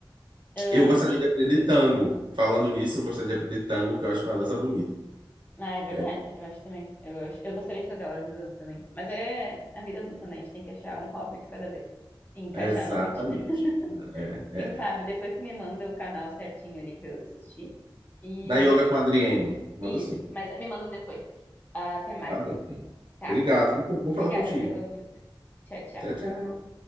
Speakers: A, on the left; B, on the right.
A: Ah,
B: Eu gostaria
A: é,
B: de aprender tango. Falando nisso, eu gostaria de aprender tango, que eu acho uma dança bonita.
A: ah, é verdade,
B: É,
A: eu acho também. Eu, eu, acho- eu gostaria de fazer aula de dança também. Mas é a vida adulta, né? A gente tem que achar um hobby de cada vez e encaixar
B: Exatamente.
A: na rotina. <laughs>
B: É, é.
A: E, Fábio, depois tu me manda o canal certinho ali pra eu assistir. E
B: Da yoga com a Adriene. Mando
A: e
B: sim.
A: isso, mas me manda depois. Ah, Até mais,
B: Tá bem.
A: tá?
B: Obrigado. Vou
A: Obrigada
B: falar contigo.
A: pela ajuda. Tchau, tchau.
B: Tchau, tchau.